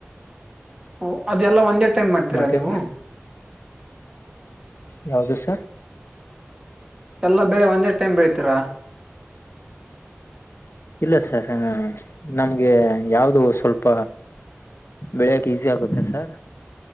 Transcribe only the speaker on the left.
ಮತ್ತೆ
ಯಾವದು ಸರ್
ಇಲ್ಲ ಸರ್ ನಮಗೆ ಯಾವುದ ಸ್ವಲ್ಪ ಬೆಳೆಯಕ್ಕೆ ಈಸಿ ಆಗುತ್ತೆ ಸರ್